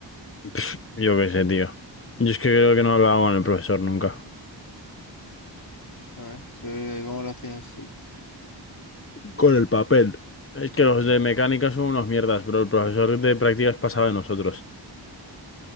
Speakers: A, on the left; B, on the left.
A: Pff, yo qué sé, tío. Yo es que creo que no hablaba con el profesor nunca.
B: A ver, ¿qué- ¿cómo lo hacías tú?
A: con el papel. Es que los de mecánica son unos mierdas, bro. El profesor de prácticas pasaba de nosotros.